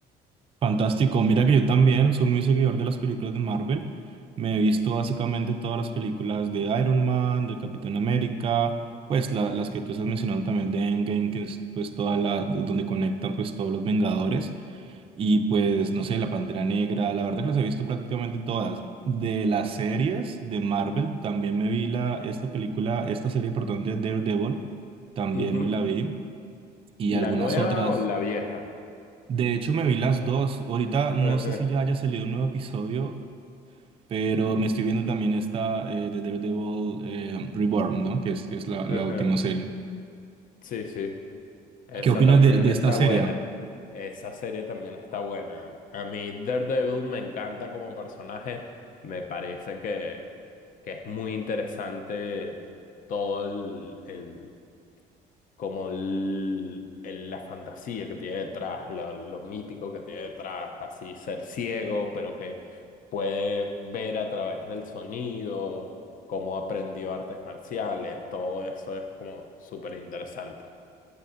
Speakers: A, on the right (about 35°); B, on the left (about 55°).
A: Fantástico, mira que yo también soy muy seguidor de las películas de Marvel. Me he visto básicamente todas las películas de Iron Man, del Capitán América, pues la- las que tú estás mencionando también de Endgame, que es pues toda la donde conectan pues todos los Vengadores y pues no sé, la Pantera Negra, la verdad que las he visto prácticamente todas. De las series de Marvel también me vi la esta película, esta serie perdón de Daredevil, también
B: Ujú.
A: me la vi y
B: ¿La
A: algunas
B: nueva
A: otras
B: o la vieja?
A: de hecho, me vi las dos. Ahorita no
B: Ujú.
A: sé si ya haya salido un nuevo episodio, pero me estoy viendo también esta eh, de Daredevil eh, Reborn, ¿no? Que es, que es la,
B: Ajá.
A: la última serie.
B: Sí, sí. Esa
A: ¿Qué opinas
B: también
A: de, de
B: está
A: esta serie?
B: buena. Esa serie también está buena. A mí Daredevil me encanta como personaje. Me parece que, que es muy interesante todo el, el- como el- el- la fantasía que tiene detrás, lo, lo mítico que tiene detrás, así ser ciego, pero que puede ver a través del sonido, cómo aprendió artes marciales, todo eso es como súper interesante.